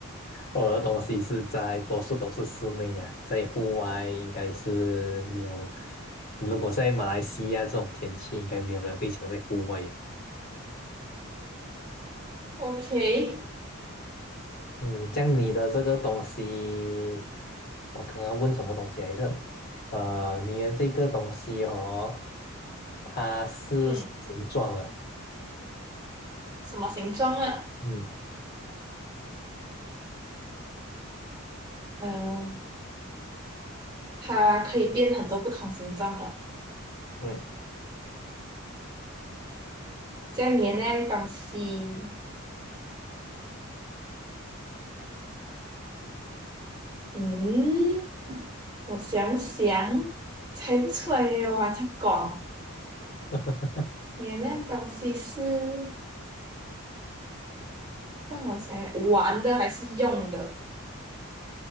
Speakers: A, on the left; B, on the right.
A: 我的东西是在多数都是室内呀、在户外应该是没有。如果在马来西亚这种天气，应该没有人会想在户外呀。
B: ？OK，
A: 嗯，像你的这个东西，我刚刚问什么东西来着？呃，你的这个东西哦，它是什么形状的，
B: 嗯，什么形状啊？
A: 嗯
B: 嗯、它可以变很多不同形状了。
A: 嗯，
B: 这样你的那样东西，嗯，我想想，猜不出来耶哇，这样广。
A: <laughs>
B: 你的那样东西是让我想想玩的还是用的